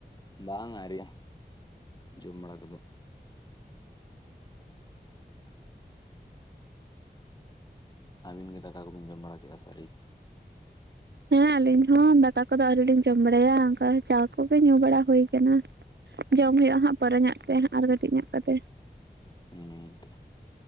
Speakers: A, on the left; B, on the right.
A: ᱵᱟᱝ ᱟᱣᱨᱤᱭᱟ ᱡᱚᱢ ᱵᱟᱲᱟ ᱠᱚᱫᱚ ᱾ ᱟᱹᱵᱤᱱ ᱜᱮ ᱫᱟᱠᱟ ᱠᱚᱵᱤᱱ ᱡᱚᱢ ᱵᱟᱲᱟ ᱠᱮᱫᱼᱟ ᱥᱮ ᱟᱣᱨᱤ ᱾
B: ᱦᱮᱸ ᱟᱹᱞᱤᱧ ᱦᱚᱸ ᱫᱟᱠᱟ ᱠᱚᱫᱚ ᱟᱹᱣᱨᱤ ᱞᱤᱧ ᱡᱚᱢ ᱵᱟᱲᱟᱭᱟ ᱚᱱᱠᱟ ᱪᱟ ᱠᱚᱜᱮ ᱧᱩ ᱵᱟᱲᱟ ᱦᱩᱭ ᱠᱟᱱᱟ ᱾ ᱡᱚᱢ ᱦᱩᱭᱩᱜᱼᱟ ᱦᱟᱸᱜ ᱯᱚᱨᱮ ᱧᱚᱜ ᱛᱮ ᱟᱨ ᱠᱟᱹᱴᱤᱡ ᱧᱚᱜ ᱠᱚᱛᱮ ᱾
A: ᱦᱩᱸ